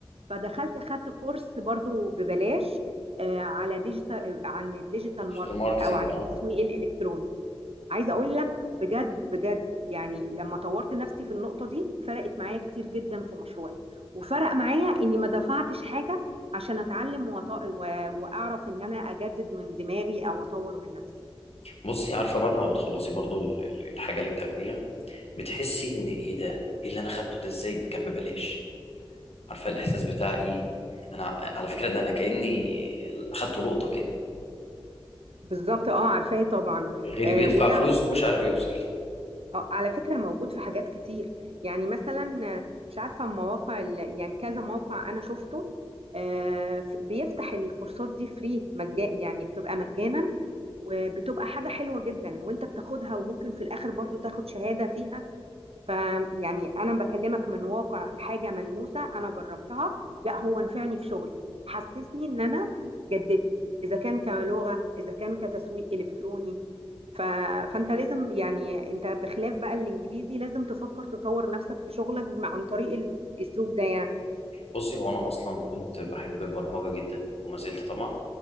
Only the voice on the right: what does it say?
فدخلت خدت كورس برضو ببلاش آه، على ديجيتال عن الديجيتال
ماركتينج
او عن
التسويق الالكتروني عايزه اقول لك بجد بجد يعني لما طورت نفسي في النقطه دي فرقت معايا كتير جدا في مشروعي وفرق معايا اني ما دفعتش حاجه عشان اتعلم وط... و... واعرف ان انا اجدد من دماغي او اطور من نفسي
بالظبط اه عارفاه طبعا
آه
وده
اه على فكرة موجود في حاجات كتير يعني مثلا آه، مش عارفة مواقع ال- يعني كذا موقع أنا شفته آه، ف- بيفتح الكورسات دي فري مجانا يعني بتبقى مجانا وبتبقى حاجة حلوة جدا وانت بتاخدها وممكن في الآخر برضو تاخد شهادة فيها فيعني أنا بكلمك من واقع حاجة ملموسة أنا جربتها لا هو نفعني في شغلي حسسني إن أنا جددت إذا كان كلغة إذا كان كتسويق إلكتروني ف... فانت لازم يعني انت بخلاف بقى الانجليزي لازم تفكر تطور نفسك في شغلك مع- عن طريق الاسلوب ده يعني